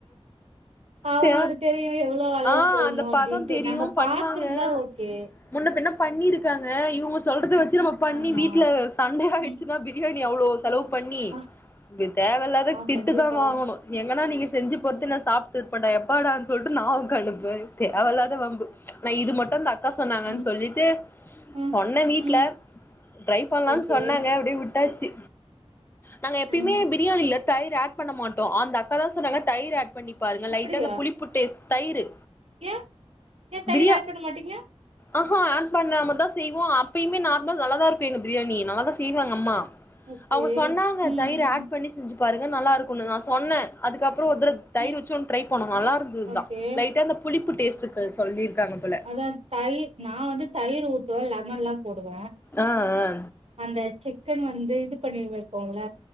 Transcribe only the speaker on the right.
இப்போ அவங்களுக்கு
தெரியு எவ்ளோ அளவு
போட்ணு
அப்டின்ட்டு
நம்ம
பாத்துருந்தா ஓகே
ஆமா
ம்
ஆ
ஆ,
கண்டிப்பா
ம்
ம்
ம்
ஓகே
ம்
அப்டியா
ஏ ஏ தயிர்
ஆட் பண்ண மாட்டீங்க
ஓகே
ம்
ம்
ம்
ஓகே
அதா தயிர் நா வந்து தயிர் ஊத்துவே லெமன்லா போடுவ
அந்த சிக்கன் வந்து இது பண்ணி வைப்போம்ல